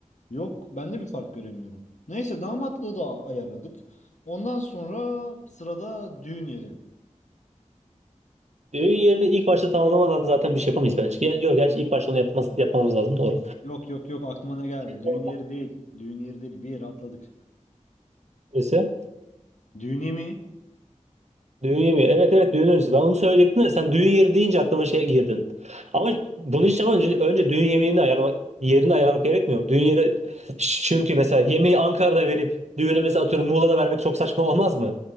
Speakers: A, on the left (about 70°); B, on the right (about 60°).
A: Yok ben de bir fark göremiyorum. Neyse damatlığı da ayarladık. Ondan sonra sırada düğün yeri.
B: Düğün yerini ilk başta tamamlamadan zaten bir şey yapamayız bence. Ya, yok gerçi ilk başta onu yapmaz, yapmamız lazım doğru.
A: Yok yok yok aklıma ne geldi?
B: Ortak
A: Düğün yeri değil. Düğün yeri değil. Bir yeri atladık.
B: birisi.
A: Düğün yemeği.
B: Düğün yemeği. Evet evet düğün öncesi. Ben bunu söyleyecektim de sen düğün yeri deyince aklıma şey girdin. Ama bunu hiç yapmadan önce, önce düğün yemeğini ayarlamak, yerini ayarlamak gerekmiyor mu? Düğün yeri çünkü mesela yemeği Ankara'da verip düğünü mesela atıyorum Muğla'da vermek çok saçma olmaz mı?